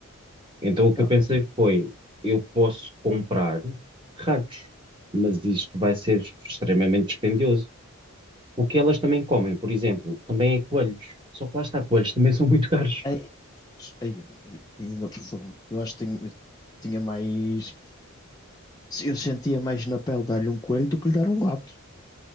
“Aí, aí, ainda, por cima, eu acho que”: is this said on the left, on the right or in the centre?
Left